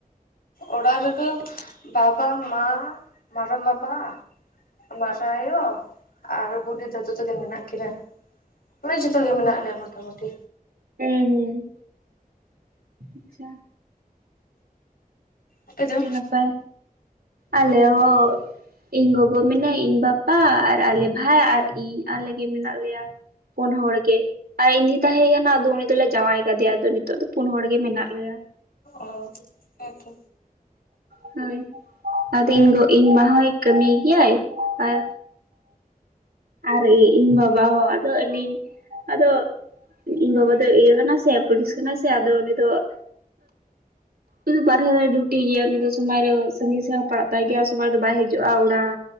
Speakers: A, on the left; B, on the right.
A: ᱚᱲᱟᱜ ᱨᱮᱫᱚ ᱵᱟᱵᱟ, ᱢᱟ, ᱢᱟᱨᱟᱢ ᱵᱟᱵᱟ, ᱢᱟᱨᱟ ᱟᱭᱳ ᱟᱨ ᱵᱩᱰᱤ ᱫᱟᱫᱩ ᱛᱟᱹᱠᱤᱱ ᱢᱮᱱᱟᱜ ᱠᱤᱱᱟ᱾ ᱢᱟᱱᱮ ᱡᱚᱛᱚ ᱜᱮ ᱢᱮᱱᱟᱜ ᱞᱮᱭᱟ ᱢᱚᱴᱟᱢᱩᱴᱤ
B: ᱦᱩᱸ ᱦᱩᱸ ᱟᱪᱪᱷᱟ
A: ᱟᱯᱮ ᱫᱚ
B: ᱟᱹᱰᱤ ᱱᱟᱯᱟᱭ ᱟᱞᱮ ᱦᱚ ᱤᱧ ᱜᱚᱜᱚ ᱢᱮᱱᱟᱭ, ᱤᱧ ᱵᱟᱵᱟ ᱟᱨ ᱟᱞᱮ ᱵᱷᱟᱭ ᱟᱨ ᱤᱧ ᱟᱞᱮ ᱜᱮ ᱢᱮᱱᱟᱜ ᱞᱮᱭᱟ᱾ ᱯᱳᱱ ᱦᱚᱲ ᱜᱮ᱾ ᱟᱨ ᱤᱧ ᱫᱤ ᱛᱟᱦᱮᱸ ᱠᱟᱱᱟ ᱟᱫᱚ ᱩᱱᱤ ᱫᱚᱞᱮ ᱡᱟᱶᱟᱭ ᱠᱟᱫᱮᱭᱟ ᱟᱫᱚ ᱱᱤᱛᱚᱜ ᱫᱚ ᱯᱩᱱ ᱦᱚᱲ ᱜᱮ ᱢᱮᱱᱟᱜ ᱞᱮᱭᱟ᱾
A: ᱚ ᱦᱮᱸᱛᱚ
B: ᱦᱩᱸ ᱟᱫᱚ ᱤᱧ ᱜᱚ ᱤᱧ ᱢᱟ ᱦᱚᱭ ᱠᱟᱹᱢᱤ ᱜᱮᱭᱟᱭ ᱟᱨ ᱟᱨ ᱤᱧ ᱵᱟᱵᱟ ᱦᱚᱸ ᱟᱫᱚ ᱟᱹᱞᱤᱧ ᱟᱫᱚ ᱤᱧ ᱵᱟᱵᱟ ᱫᱚ ᱤᱭᱟᱹ ᱠᱟᱱᱟ ᱥᱮ ᱯᱩᱞᱤᱥ ᱠᱟᱱᱟ ᱥᱮ ᱟᱫᱚ ᱩᱱᱤ ᱫᱚ <inaudible> ᱩᱱᱤ ᱵᱟᱨᱦᱮ ᱨᱮ ᱰᱤᱭᱩᱴᱤ ᱜᱮᱭᱟ ᱩᱱᱤ ᱫᱚ ᱥᱚᱢᱟᱭ ᱨᱮ ᱥᱟᱺᱜᱤᱧ ᱥᱮᱜ ᱯᱟᱲᱟᱜ ᱛᱟᱭ ᱜᱮᱭᱟ ᱥᱚᱢᱟᱭ ᱨᱮ ᱫᱚ ᱵᱟᱭ ᱦᱤᱡᱩᱜᱼᱟ, ᱚᱲᱟᱜ᱾